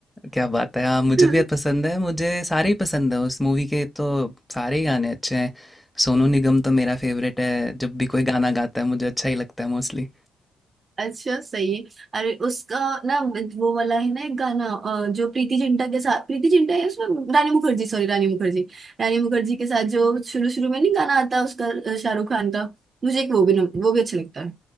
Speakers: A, in the centre; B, on the right.
A: क्या बात है हाँ मुझे भी
B: <laughs>
A: पसंद है मुझे सारे ही पसंद है उस मूवी के तो सारे ही गाने अच्छे हैं सोनू निगम तो मेरा फेवरेट है जब भी कोई गाना गाता है मुझे अच्छा ही लगता है मोस्टली
B: अच्छा सही है अरे उसका ना वो वाला है ना एक गाना अ, जो प्रीति जिंटा के साथ प्रीति जिंटा है उसमें रानी मुखर्जी सॉरी रानी मुखर्जी रानी मुखर्जी के साथ जो शुरू शुरू में नहीं गाना आता उसका अ, शाहरुख खान का मुझे एक वो भी न, वो भी अच्छा लगता है